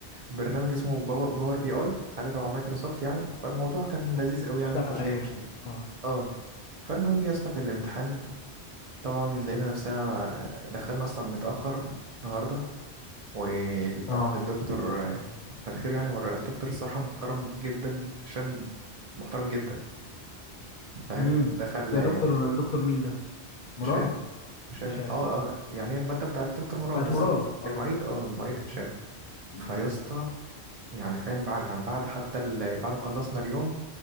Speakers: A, on the right (about 55°); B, on the left (about 55°).
A: برنامج اسمه باور باور بي اي حاجه تبع مايكروسوفت يعني فالموضوع كان لذيذ
B: أه.
A: قوي
B: تشتغل
A: يعني مفيهوش
B: عليها
A: اي مشكله
B: اه
A: اه فالمهم يا اسطى في الامتحان طبعا لقينا نفسنا آه، دخلنا اصلا متاخر النهارده وطبعا
B: اه
A: الدكتور آه، كتر خيره يعني هو الدكتور الصراحه محترم جدا هشام محترم جدا فاهم
B: امم
A: دخل
B: ده
A: آه،
B: دكتور دكتور مين ده مراد
A: هشام هشام
B: هشام
A: اه
B: مم.
A: اه يعني هي المادة بتاعت دكتور مراد
B: بتاعت
A: بس
B: مراد
A: هو
B: اه
A: المعيد اه المعيد هشام
B: مم.
A: فيا اسطى يعني فاهم بعد يعني بعد حتى ال... بعد ما خلصنا اليوم